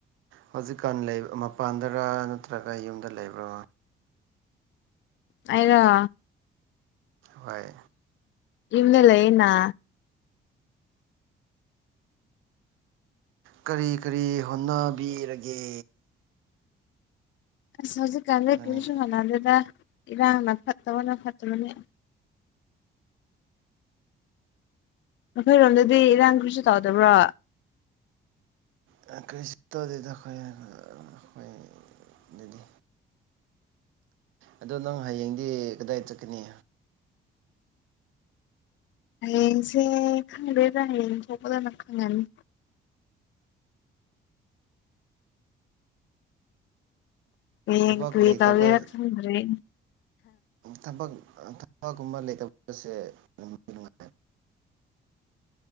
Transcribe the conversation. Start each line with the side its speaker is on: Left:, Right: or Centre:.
Right: ꯍꯧꯖꯤꯛꯀꯥꯟ ꯂꯩ ꯃꯄꯥꯟꯗꯔ ꯅꯠꯇ꯭ꯔꯒ ꯌꯨꯝꯗ ꯂꯩꯕ꯭ꯔꯥ
Left: ꯑꯩꯔꯣ
Right: ꯍꯣꯏ
Left: ꯌꯨꯝꯗ ꯂꯩꯌꯦꯅ
Right: ꯀꯔꯤ ꯀꯔꯤ ꯍꯣꯠꯅꯕꯤꯔꯒꯦ
Left: ꯑꯁ ꯍꯧꯖꯤꯛꯀꯥꯟ ꯁꯦ
Right: ꯅꯪ
Left: ꯀꯔꯤꯁꯨ ꯍꯣꯠꯅꯗꯦꯗ ꯏꯔꯥꯡꯅ ꯐꯠꯇꯕꯅ ꯐꯠꯇꯕꯅ ꯅꯈꯣꯏꯔꯣꯝꯗꯗꯤ ꯏꯔꯥꯡ ꯀꯔꯤꯁꯨ ꯇꯧꯗꯕ꯭ꯔꯣ
Right: ꯏꯔꯥꯡ ꯀꯔꯤꯁꯨ ꯇꯧꯗꯦꯗ ꯑꯩꯈꯣꯏ ꯑꯩꯈꯣꯏ ꯑꯗꯨꯗꯤ ꯑꯗꯣ ꯅꯪ ꯍꯌꯦꯡꯗꯤ ꯀꯗꯥꯏ ꯆꯠꯀꯅꯤ
Left: ꯍꯌꯦꯡꯁꯦ ꯈꯪꯗꯦꯗ ꯍꯌꯦꯡ ꯇꯣꯛꯄꯗ ꯈꯪꯒꯅꯤ ꯍꯌꯦꯡ
Right: ꯊꯕꯛ
Left: ꯀꯔꯤ
Right: ꯂꯩꯇꯕ
Left: ꯇꯧꯒꯦꯔ ꯈꯪꯗꯔꯦ
Right: ꯊꯕꯛ ꯊꯕꯛꯀꯨꯝꯕ ꯂꯩꯇꯕꯁꯦ ꯅꯨꯡꯗꯤ ꯅꯨꯉꯥꯢ